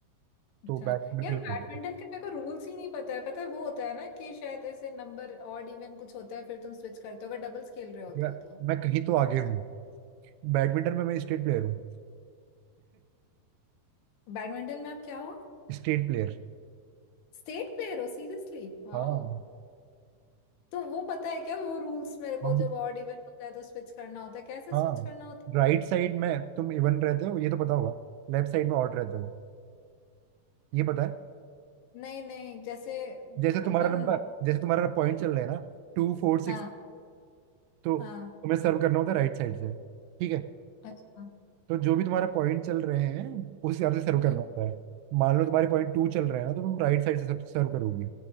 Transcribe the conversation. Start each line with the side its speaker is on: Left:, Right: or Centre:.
Left: अच्छा
Right: तो बैडमिंटन
Left: यार
Right: खेलने
Left: बैडमिंटन का मेरे को रूल्स ही नहीं पता है पता है वो होता है ना कि शायद ऐसे नंबर ऑड इवन कुछ होता है फिर तुम स्विच करते हो अगर डबल्स खेल रहे होते
Right: यार
Left: हो तो
Right: मैं कहीं तो आगे हूँ बैडमिंटन में मैं स्टेट प्लेयर हूँ
Left: बैडमिंटन में आप क्या हो
Right: <laughs> State player
Left: स्टेट प्लेयर हो सीरियसली वाह
Right: हाँ
Left: तो वो पता है क्या वो रूल्स मेरे को
Right: वो
Left: जब
Right: भी-
Left: ऑड इवन होता है तो स्विच करना होता है कैसे
Right: हाँ
Left: स्विच करना होता
Right: राइट साइड में तुम इवन रहते हो ये तो पता होगा लेफ्ट साइड में ऑड रहते हो ये पता है
Left: है नहीं नहीं जैसे
Right: जैसे
Left: अपन
Right: तुम्हारा नंबर जैसे तुम्हारा पॉइंट चल रहा है ना टू फोर सिक्स
Left: हाँ
Right: तो
Left: हाँ
Right: तुम्हें सर्व करना होता है राइट साइड से ठीक है
Left: अच्छा
Right: तो जो भी तुम्हारा पॉइंट चल रहे हैं उस हिसाब से सर्व करना
Left: हम्म
Right: होता है मान लो तुम्हारे पॉइंट टू चल रहे हैं ना तो तुम राइट साइड से सर्व करोगी